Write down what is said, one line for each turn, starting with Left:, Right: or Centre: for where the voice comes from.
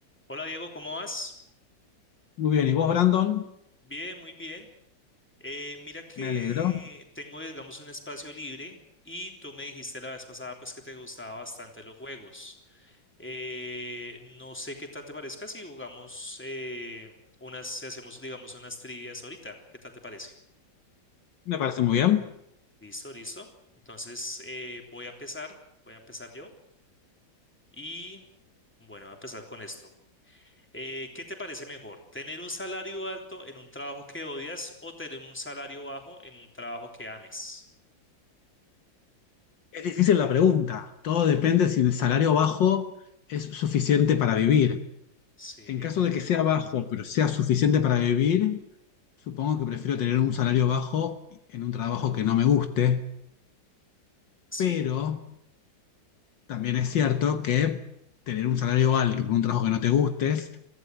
Centre: Hola Diego, ¿cómo vas?
Left: Muy bien, ¿y vos, Brandon?
Centre: Bien, muy bien. Eh, mira que
Left: Me alegro.
Centre: tengo, digamos, un espacio libre y tú me dijiste la vez pasada pues que te gustaban bastante los juegos. Eh, no sé qué tal te parezca si jugamos eh, unas, si hacemos, digamos, unas trivias ahorita. ¿Qué tal te parece?
Left: Me parece muy bien.
Centre: Listo, listo. Entonces eh, voy a empezar, voy a empezar yo y bueno, voy a empezar con esto. Eh, ¿qué te parece mejor? ¿Tener un salario alto en un trabajo que odias o tener un salario bajo en un trabajo que ames?
Left: Es difícil la pregunta. Todo depende si el salario bajo es suficiente para vivir.
Centre: Sí,
Left: En caso de que sea bajo, pero sea suficiente para vivir, supongo que prefiero tener un salario bajo en un trabajo que no me guste,
Centre: sí,
Left: pero también es cierto que tener un salario alto por un trabajo que no te gustes